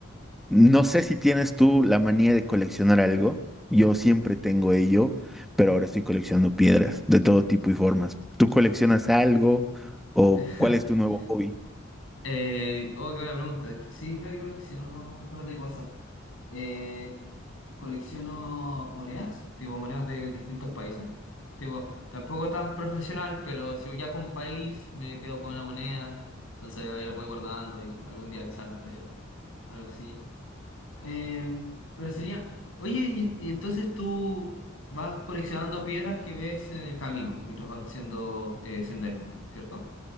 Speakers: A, in the centre; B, on the left.
A: No sé si tienes tú la manía de coleccionar algo. Yo siempre tengo ello, pero ahora estoy coleccionando piedras de todo tipo y formas. ¿Tú coleccionas algo o
B: <laughs>
A: cuál es tu nuevo hobby?
B: Eh, oh, qué buena pregunta. Sí, creo que colecciono un par de cosas. Eh, colecciono monedas, tipo monedas de distintos países. Tipo, tampoco tan profesional, pero si viajo a un país me quedo con una moneda. Entonces ahí las voy guardando y algún día quizás las veo. Algo así. Em, pero sería, oye, y, y entonces tú vas coleccionando piedras que ves en el camino mientras vas haciendo eh, senderismo, ¿cierto?